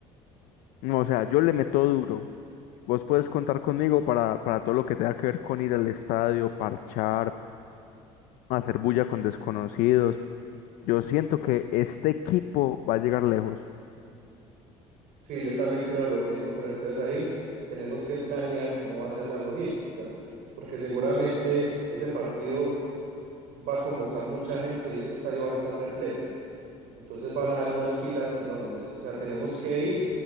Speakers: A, on the left; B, on the right.
A: No, o sea, yo le meto duro. Vos puedes contar conmigo para, para todo lo que tenga que ver con ir al estadio, parchar, hacer bulla con desconocidos. Yo siento que este equipo va a llegar lejos.
B: Sí, yo también creo lo mismo, pero entonces ahí tenemos que planear cómo va a ser la logística, porque seguramente ese partido va a convocar mucha gente y ese estadio va a estar repleto. Entonces van a dar unas filas enormes. O sea, tenemos que ir,